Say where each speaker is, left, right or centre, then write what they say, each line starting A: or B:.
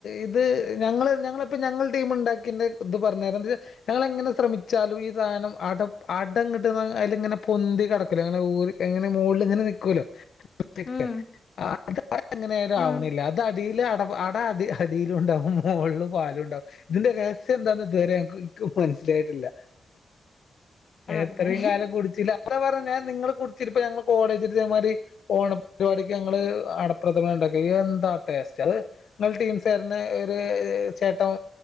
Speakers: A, on the left; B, on the left.
A: ഇത്. ഞങ്ങൾ ഞങ്ങളൾപ്പം ഞങ്ങൾ ടീം ണ്ടാക്കിൻ്റെ ഇത് പറഞ്ഞര ത് ഞങ്ങളെങ്ങനെ ശ്രമിച്ചാലും ഈ സാനം ടപ്പ് അടങ്ങട്ട് <unintelligible> അയില് ങ്ങെനെ പൊന്തി കെടക്കൂലെ അങ്ങനെ ഊര് ഇങ്ങനെ മോളിൽങ്ങനെ നി നിക്കോലോ. <unintelligible>
B: ഉം
A: അതെങ്ങനായാലും
B: ഉം
A: ആവണില്ല അത് അടീൽ അട അട അടി അടീലും ഉണ്ടാവും മോളിൽ പാലുണ്ടാവും ഇതിന്റെ ര ശെ എന്താന്ന് ഇതുവരെ ഇന്ക് മനസ്സിലായിട്ടില്ല.
B: അതെ
A: എത്രയും കാലം കുടിച്ചില്ല പറഞ്ഞു ഞാൻ നിങ്ങള് കുടിച്ചട്ട ഇപ്പ ഞങ്ങ കോളേജ് ഇതേമാരി ഓണപരിപാടിക്ക്. ഞങ്ങള് അടപ്രഥമനാണ്ടാക്കി എന്താ ടേസ്റ്റ് അത് ങ്ങളെ ടീംസ് തര്നെ ഒര് ഹ് ചെ ട്ടം